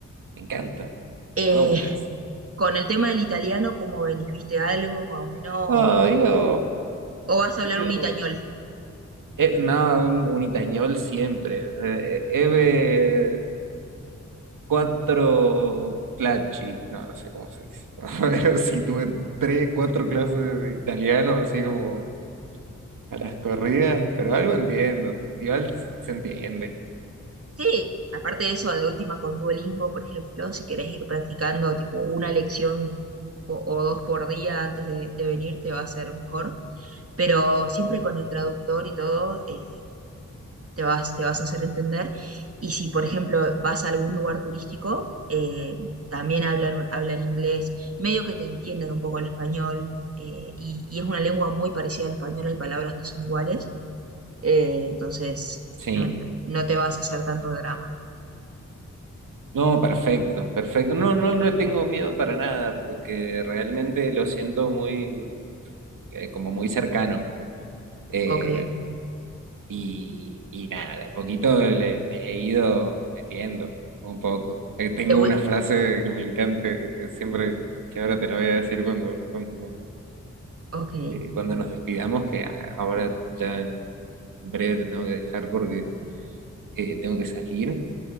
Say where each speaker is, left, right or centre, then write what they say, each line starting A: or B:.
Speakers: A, on the right; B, on the right.
A: Me encanta.
B: Eh,
A: ah buenísimo.
B: con el tema del italiano, ¿cómo venís? ¿Viste algo más o menos? ¿O,
A: ah yo,
B: o vas a
A: yo,
B: hablar un itañol?
A: eh, no, un, un itañol siempre. Eh, eh, Eve cuatro clacci, no, no sé cómo se dice. <laughs> Sí, tuve tres, cuatro clases de italiano, así como a las corridas, pero algo entiendo. Igual se entiende.
B: Sí, aparte de eso, de última con Duolingo, por ejemplo, si querés ir practicando tipo una lección po- o dos por día antes de, de venir, te va a ser mejor. Pero siempre con el traductor y todo, eh, te vas, te vas a hacer entender. Y si, por ejemplo, vas a algún lugar turístico, eh, también hablan, hablan inglés, medio que te entienden un poco el español, eh, y, y es una lengua muy parecida al español, hay palabras que son iguales. eh, entonces,
A: Sí.
B: no, no no te vas a hacer tanto drama.
A: No, perfecto, perfecto. No, no le tengo miedo para nada, porque realmente lo siento muy, eh, como muy cercano. Eh,
B: Ok, ok.
A: y, y nada, de a poquito le, le he ido metiendo un poco. Eh, tengo
B: Te vu-
A: una frase que me encanta, que que siempre, que ahora te la voy a decir cuando, cuando,
B: Ok,
A: eh, cuando nos despidamos, que a- ahora ya en en breve te tengo que dejar porque eh, tengo que salir.